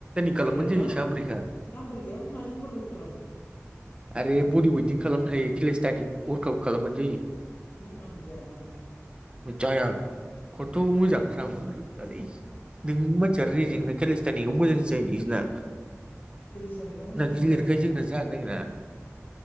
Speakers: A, on the right (about 20°); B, on the left (about 35°).
A: खालामबानो
B: आरे
A: जायो
B: बा
A: साब्रैखा
B: दामबोल गैया बा माजों वारक आउत खालामगोन
A: आरो बडि वइडिं खालामनो हायो केलेस्टानि वार्कआउट खालामबानो जायो।
B: है आं जायाना बिजों
A: जाया खथ'मोजां <unintelligible> नोंनि मानसिया रेजेंना केलिस्टानिखौ मोजांसो जायो नोंसोरना
B: पेलिस्तानिखौ मोजां जायोब्रा
A: गिलिरखाय
B: जानायाथ'
A: जोंना जानो नागिरा